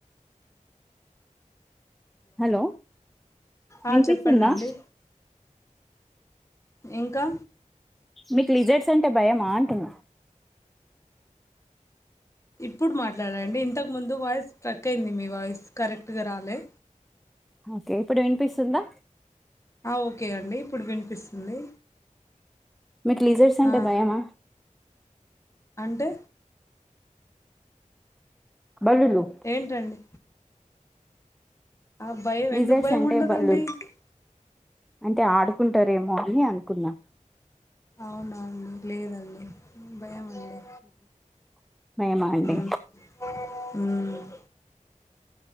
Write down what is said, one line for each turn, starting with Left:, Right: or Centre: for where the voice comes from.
Centre: హలో
Left: ఆ
Centre: వినిపిస్తుందా?
Left: చెప్పండండి ఇంకా
Centre: మీకు లిజెర్ట్స్ అంటే భయమా అంటున్న.
Left: ఇప్పుడు మాట్లాడండి ఇంతకు ముందు వాయిస్ ట్రక్ అయింది మీ వాయిస్ కరెక్ట్గా రాలే.
Centre: ఓకే ఇప్పుడు వినిపిస్తుందా
Left: ఆ ఓకే అండి ఇప్పుడు వినిపిస్తుంది
Centre: మీకు లీజడ్సు అంటే
Left: ఆ
Centre: భయమా
Left: అంటే
Centre: బల్లులు
Left: ఏంటండి ఆ భయం
Centre: లిజర్ట్సు
Left: ఎందుకు భయం
Centre: అంటే
Left: ఉండదండి
Centre: బల్లులు అంటే ఆడుకుంటారేమో అని అనుకున్నా
Left: అవునా అండి లేదండి భయమండి
Centre: భయమా అండి
Left: ఉమ్ హు